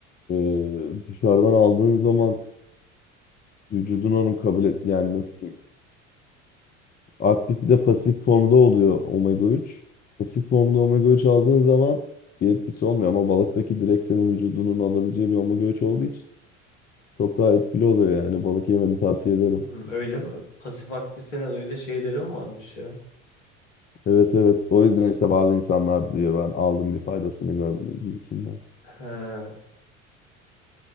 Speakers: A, on the left; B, on the left.
A: e, dışarıdan aldığın zaman vücudun onu kabul et yani nasıl diyeyim? Aktif bir de pasif formda oluyor omega 3. Pasif formda omega 3 aldığın zaman bir etkisi olmuyor ama balıktaki direkt senin vücudunun alabileceği bir omega 3 olduğu için çok daha etkili oluyor yani balık yemeni tavsiye ederim.
B: Hmm, öyle mi? Pasif aktif falan öyle şeylerim varmış ya.
A: Evet evet o yüzden işte bazı insanlar diyor ben aldım bir faydasını görmedim gibisinden.
B: He.